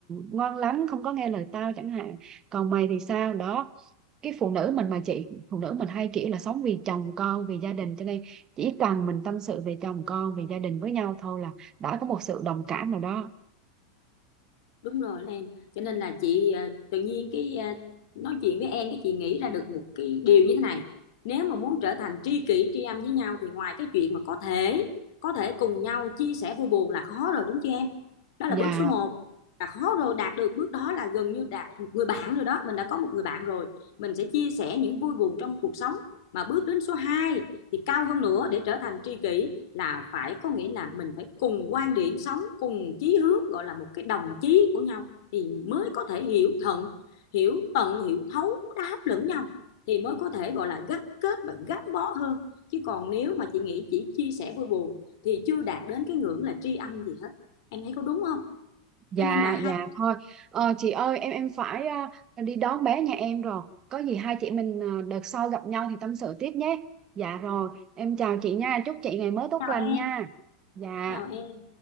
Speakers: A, on the right (about 25°); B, on the left (about 60°).
A: ngoan lắm không có nghe lời tao chẳng hạn còn mày thì sao đó cái phụ nữ mình mà chị phụ nữ mình hay kiểu là sống vì chồng con vì gia đình cho nên chỉ cần mình tâm sự về chồng con về gia đình với nhau thôi là đã có một sự đồng cảm nào đó
B: đúng rồi đó em cho nên là chị à, tự nhiên cái à, nói chuyện với em cái chị nghĩ ra được một cái điều như thế này nếu mà muốn trở thành tri kỷ tri âm với nhau thì ngoài cái chuyện mà có thể có thể cùng nhau chia sẻ vui buồn là khó rồi đúng chưa em đó là
A: và
B: bước số một. là khó rồi đạt được bước đó là gần như đạt một người bạn rồi đó mình đã có một người bạn rồi mình sẽ chia sẻ những vui buồn trong cuộc sống mà bước đến số 2 thì cao hơn nữa để trở thành tri kỷ là phải có nghĩa là mình phải cùng quan điểm sống cùng chí hướng gọi là một cái đồng chí của nhau thì mới có thể hiểu thận hiểu tận hiểu thấu đáp lẫn nhau thì mới có thể gọi là gắn kết và gắn bó hơn chứ còn nếu mà chị nghĩ chỉ chia sẻ vui buồn thì chưa đạt đến cái ngưỡng là tri âm gì hết em thấy có đúng không
A: Dạ,
B: cho nên là hai
A: dạ thôi. Ờ, chị ơi, em em phải à, đi đón bé nhà em rồi. Có gì hai chị mình à, đợt sau gặp nhau thì tâm sự tiếp nhé. Dạ rồi, em chào chị nha. Chúc chị ngày mới tốt
B: chào
A: lành
B: em
A: nha. Dạ.
B: chào em